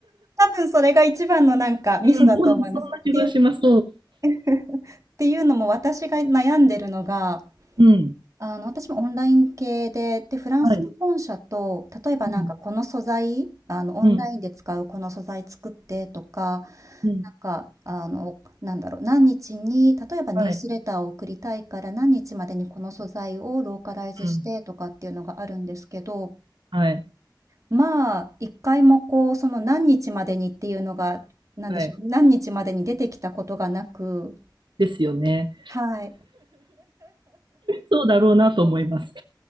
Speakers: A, on the right; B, on the right.
A: 多分それが一番のなんかミソだと思います。
B: ん、多分そんな気がします。
A: っていう、<laughs> っていうのも私が悩んでるのが、
B: うん。
A: あの、私もオンライン系で、で、フランスの本社と、
B: はい。
A: 例えばなんかこの素材、
B: うん。
A: あの、オンラインで使うこの素材作ってとか、
B: うん。うん。
A: なんか、あの、なんだろう、何日に、例えばニュースレターを送りたいから何日までにこの素材をローカライズしてとかっていうのがあるんですけど、
B: はい。うん。はい。
A: まあ、一回もこう、その何日までにっていうのが、なんでしょう、
B: はい。
A: 何日までに出てきたことがなく、
B: ですよね。
A: はい。
B: そうだろうなと思います。